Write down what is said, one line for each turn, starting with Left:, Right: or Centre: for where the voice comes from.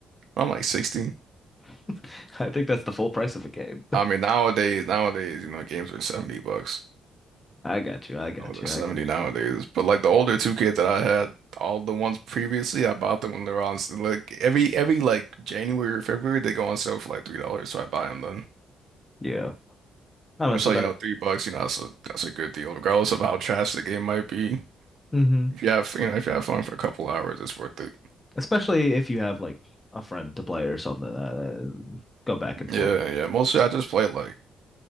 Right: I'm like 16.
Left: <laughs> I think that's the full price of a game.
Right: I mean nowadays nowadays you know games are 70 bucks.
Left: I got you. I got
Right: Oh, they're
Left: you.
Right: 70
Left: I got
Right: nowadays. But like the older 2K that I had, all the ones previously, I bought them when they were on s- like every every like January or February they go on sale for like three dollars, so I buy them then.
Left: you. Yeah. I mess
Right: Which
Left: with
Right: like
Left: that.
Right: you know three bucks, you know that's a that's a good deal, regardless of how trash the game might be.
Left: hmm
Right: If you have you know if you have fun for a couple hours, it's worth it.
Left: Especially if you have like a friend to play or something like that uh, go back and forth.
Right: Yeah, yeah. Mostly I just play like